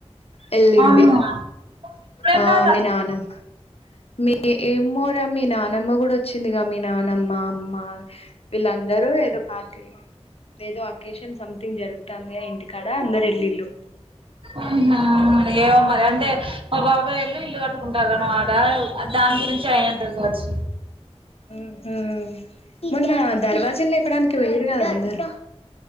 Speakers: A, on the left; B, on the right.
A: వెళ్ళింది
B: అవునా ఇప్పుడేం
A: ఆ
B: తాగుతారు
A: మీ నాన్నం మీ ఏమోరా మీ నానమ్మ కూడా వచ్చిందిగా మీ నానమ్మ అమ్మ వీళ్ళందరూ ఏదో పార్టీ ఏదో వెకేషన్ సంథింగ్ జరుగుతుంది ఆ ఇంటికాడ అందరు వెల్లిళ్ళు
B: ఆహా ఏమో మరి అంటే మా బాబాయి వాళ్ళు ఇల్లు కట్టుకుంటారు కదా ఆడ దాని గురించి అయ్యుంటాది కావచ్చు
A: ఉహు మొన్న దర్వాజులు లేపడానికి పోయిర్రు కద అందరు